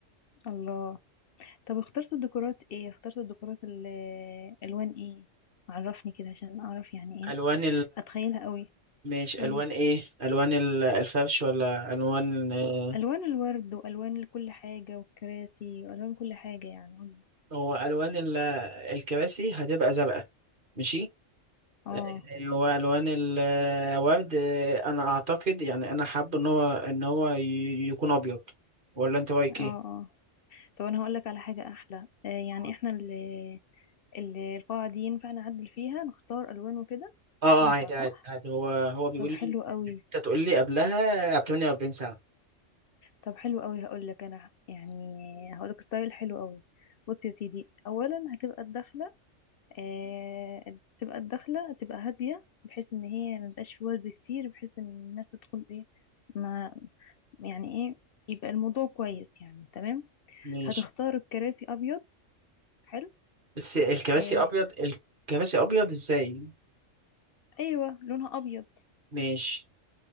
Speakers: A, on the left (about 60°); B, on the right (about 45°).
A: الله طب اخترت الديكورات ايه اخترت الديكورات ال- الوان ايه عرفني كده عشان اعرف يعني ايه
B: الوان
A: اتخيلها قوي
B: ماشي
A: مم.
B: الوان ايه الوان ال- الفرش ولا الوان آه،
A: الوان الورد والوان كل حاجه والكراسي والوان كل حاجه يعني قولي
B: هو الوان ال- الكراسي هتبقى زرقاء ماشي
A: اه
B: آه، هو الوان الورد آه، انا اعتقد يعني انا حابب ان هو ان هو ي- يكون ابيض ولا انت رايك
A: اه
B: ايه
A: اه طب انا هقول لك على حاجه احلى آه يعني
B: اه
A: احنا ال ال- القاعه دي ينفع نعدل فيها نختار الوان وكده
B: آه،
A: ينفع
B: عادي
A: صح
B: عادي عادي هو هو بيقول
A: طب
B: لي
A: حلو قوي
B: انت تقول لي قبلها ب 48 ساعه
A: طب حلو قوي هقول لك انا يعني هقول لك ستايل حلو قوي بص يا سيدي اولا هتبقى الدخله آه تبقى الدخله تبقى هاديه بحيث ان هي ما تبقاش في ورد كتير بحيث ان الناس تدخل ايه ما يعني ايه يبقى الموضوع كويس يعني تمام
B: ماشي
A: هتختار الكراسي ابيض حلو
B: بس الكراسي
A: آه
B: ابيض الكراسي ابيض ازاي
A: ايوه لونها ابيض
B: ماشي